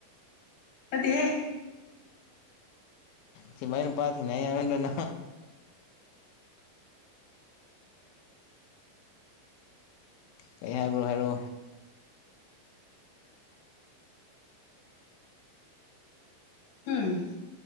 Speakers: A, on the left (about 60°); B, on the left (about 85°).
A: ꯑꯗ ꯍꯦ
B: ꯁꯤ ꯃꯥꯏꯩꯅ ꯄꯥꯇꯤꯅꯅꯅ ꯀꯩ ꯍꯥꯏꯕ꯭ꯔꯣ ꯍꯥꯏꯔꯣ
A: ꯎꯝ